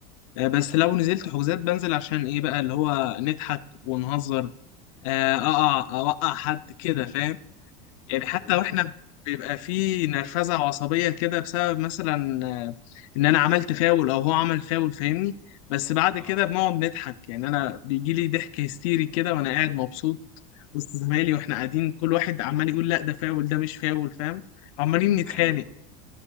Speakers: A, on the left; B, in the centre.
A: آه بس لو نزلت حجوزات بنزل عشان ايه بقى اللي هو نضحك ونهزر آه، اقع اوقع حد كده فاهم يعني حتى
B: بالظبط
A: واحنا بيبقى في نرفزه وعصبيه كده بسبب مثلا آه، ان انا عملت فاول او هو عمل فاول فاهمني بس بعد
B: اه
A: كده بنقعد نضحك يعني انا بيجي لي ضحك هستيري كده وانا قاعد مبسوط وسط زمايلي واحنا قاعدين كل واحد عمال يقول لا ده فاول ده مش فاول فاهم عمالين نتخانق
B: ايوه